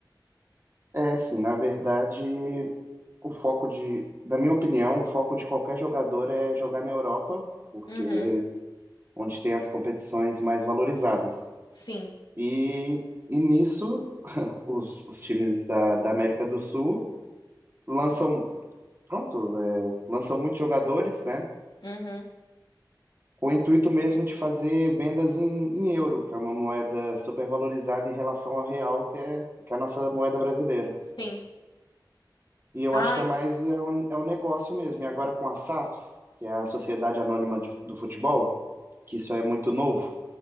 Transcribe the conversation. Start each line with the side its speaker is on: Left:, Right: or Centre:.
Right: É, assim, na verdade, o foco de, da minha opinião, o foco de qualquer jogador é jogar na Europa, porque
Left: Uhum,
Right: onde tem as competições mais valorizadas.
Left: sim,
Right: E, e nisso, <laughs> os, os times da, da América do Sul lançam, pronto, é, lançam muitos jogadores, né?
Left: uhum,
Right: Com o intuito mesmo de fazer vendas em, em euro, que é uma moeda supervalorizada em relação ao real, que é, que é a nossa moeda brasileira.
Left: sim.
Right: E eu
Left: Ai,
Right: acho que é mais é um, é um negócio mesmo. E agora com a SAFs, que é a Sociedade Anônima de- do Futebol, que isso é muito novo,